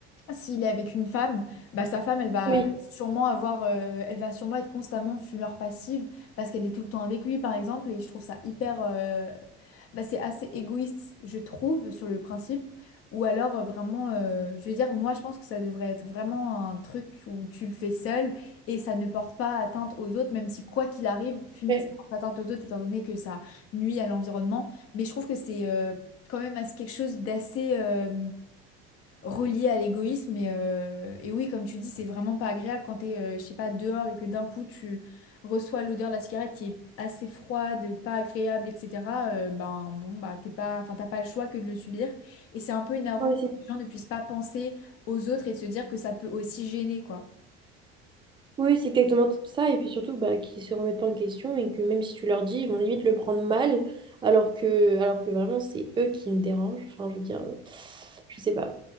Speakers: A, on the left; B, on the right.
A: s'il est avec une femme, bah, sa femme, elle va
B: Oui,
A: sûrement avoir, euh, elle va sûrement être constamment fumeur passive parce qu'elle est tout le temps avec lui, par exemple. Et je trouve ça hyper, euh, bah, c'est assez égoïste, je trouve, sur le principe. Ou alors euh, vraiment, euh, je veux dire, moi, je pense que ça devrait être vraiment un truc où tu le fais seul et ça ne porte pas atteinte aux autres, même si quoi qu'il arrive, fumer,
B: ouais,
A: ça porte atteinte aux autres, étant donné que ça nuit à l'environnement. Mais je trouve que c'est euh, quand même assez- quelque chose d'assez euh, relié à l'égoïsme. Et, euh, et oui, comme tu dis, c'est vraiment pas agréable quand t'es, euh, je sais pas, dehors et que d'un coup tu reçois l'odeur de la cigarette qui est assez froide, pas agréable, etc. euh, ben bon, bah t'es pas, enfin t'as pas le choix que de le subir. Et c'est un peu énervant
B: Ouais,
A: que
B: c'est-
A: les gens ne puissent pas penser aux autres et de se dire que ça peut aussi gêner, quoi.
B: Oui, c'est exactement tout ça. Et puis surtout, bah, qu'ils se remettent pas en question et que même si tu leur dis, ils vont limite le prendre mal, alors que, alors que vraiment, c'est eux qui nous dérangent. Enfin, je veux dire, euh, je sais pas.